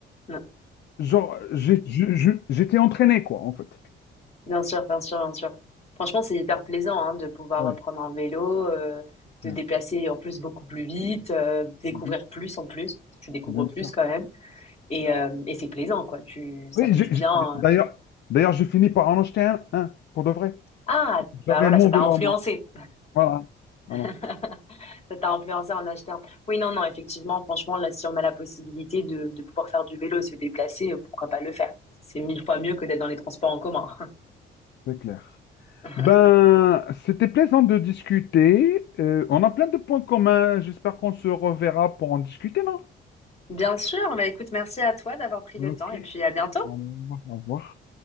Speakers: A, on the left; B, on the left.
A: Non,
B: genre, j'ai- je- je- j'étais entraîné, quoi, en fait.
A: bien sûr, bien sûr, bien sûr. Franchement, c'est hyper plaisant hein, de pouvoir
B: Ouais.
A: prendre un vélo, euh, de
B: Ouais.
A: déplacer en plus beaucoup plus vite, euh, découvrir
B: Bien sûr.
A: plus en plus. Tu découvres
B: bien
A: plus
B: sûr.
A: quand même, et, euh, et c'est plaisant quoi. Tu, ça
B: Oui,
A: fait
B: j'ai-
A: du bien.
B: j'ai- j'ai- d'ailleurs, d'ailleurs, j'ai fini par en acheter un, un, pour de vrai.
A: Ah,
B: J'avais
A: bah voilà,
B: mon
A: ça t'a
B: vélo
A: influencé.
B: à moi. Voilà. Voilà.
A: <laughs> Ça t'a influencé en achetant. Oui, non, non, effectivement, franchement, là, si on a la possibilité de, de pouvoir faire du vélo et se déplacer, euh, pourquoi pas le faire? C'est mille fois mieux que d'être dans les transports en commun.
B: C'est clair.
A: <laughs>
B: Ben, c'était plaisant de discuter. Euh, on a plein de points communs. J'espère qu'on se reverra pour en discuter, non?
A: Bien sûr, bah écoute, merci à toi d'avoir pris le
B: Ok.
A: temps et puis à bientôt.
B: Alors, au revoir.